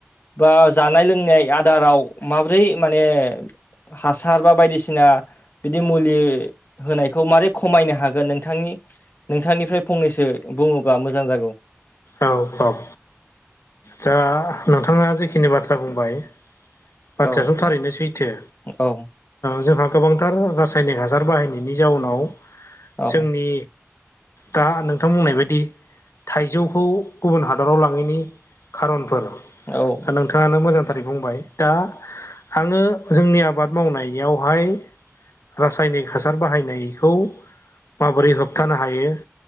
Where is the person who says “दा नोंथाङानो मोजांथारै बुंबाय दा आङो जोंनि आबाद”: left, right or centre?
Left